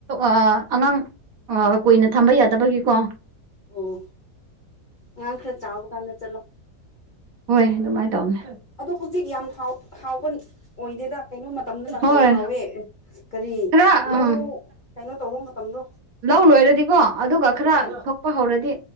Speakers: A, on the right (about 65°); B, on the left (about 40°).
A: ꯑꯥ ꯑꯉꯥꯡ ꯑꯥ ꯀꯨꯏꯅ ꯊꯝꯕ ꯌꯥꯗꯕꯒꯤꯀꯣ
B: ꯑꯣ ꯑꯉꯥꯡ ꯈꯔꯥ ꯆꯥꯎꯕ ꯀꯥꯟꯗ ꯆꯠꯂꯣ
A: ꯍꯣꯏ ꯑꯗꯨꯃꯥꯏ ꯇꯧꯒꯦ
B: ꯑꯗꯣ ꯍꯧꯖꯤꯛ ꯌꯥꯝ ꯍꯥꯎ ꯍꯥꯎꯕ ꯑꯣꯏꯗꯦꯗ ꯀꯩꯅꯣ ꯇꯝꯗꯨꯅ
A: ꯍꯣꯏ
B: ꯍꯦꯟꯅ ꯍꯥꯎꯋꯦ ꯀꯔꯤ
A: ꯈꯔ
B: ꯂꯧ
A: ꯎꯝ
B: ꯀꯩꯅꯣ ꯇꯧꯕ ꯃꯇꯝꯗꯣ
A: ꯂꯧ ꯂꯣꯏꯔꯗꯤꯀꯣ ꯑꯗꯨꯒ ꯈꯔꯥ
B: ꯎꯝ
A: ꯊꯣꯛꯄ ꯍꯧꯔꯗꯤ